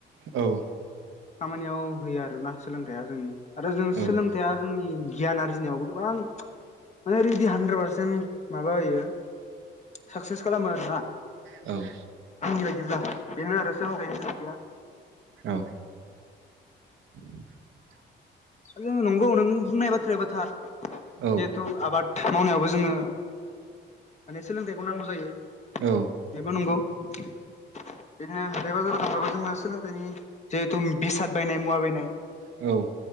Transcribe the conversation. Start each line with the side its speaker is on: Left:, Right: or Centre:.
Right: औ
Left: खामानियाव होयो आरोना सोलोंथाया जोंनि आरो जों
Right: औ
Left: सोलों थाया जोंनि गियान आरजिनायावबो गोबां माने रिडि हानद्रेद पारसेन्ट माबा होयो साकस्सि खालामो आरोना।
Right: औ
Left: समनि बायदिब्ला बेनो आरो सोलोंथाइनि गोनांन्थिया
Right: औ <inaudible>
Left: जोङो नंगौ नों बुंनाय बाथ्रायाबो थार
Right: औ
Left: हु आबाद मावनायावबो जोङो माने सोलोंथाइखौ नांगौ जायो।
Right: औ
Left: बेबो नंगौ बिदिनो हाथाइ बाजाराव थांबाबो जोंना सोलोंथाइनि जिहेथु बेसाद बायनाय मुवा बायनाय
Right: औ